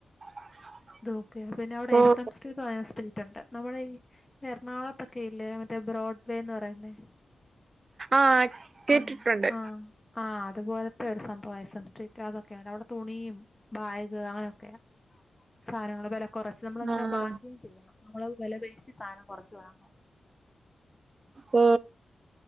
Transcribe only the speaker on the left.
അത് ഓക്കെ പിന്നെ അവിടെ
എസ് എംസ് സ്പിരിറ്റ്‌ ഉണ്ട് നമ്മുടെ ഈ എറണാകുളത്തൊക്കെ ഇല്ലേ മറ്റേ ബ്രോഡ് വേ എന്ന് പറയുന്നെ
അം ആഹ് ആഹ് അത്പോലെതെ ഒരു സംഭവം എസ് എം സ്ട്രീറ്റതൊക്കെ <unintelligible> തുണിയും ബാഗ് അങ്ങനൊക്കെയാ സാധനങ്ങൾ വെല കൊറച്ച് നമ്മൾ ങ്ങനെ
ബർഗയിൻ ചെയ്യണം നമ്മളത് വെല പേശി സാധനം കുറച്ച് വാങ്ങണം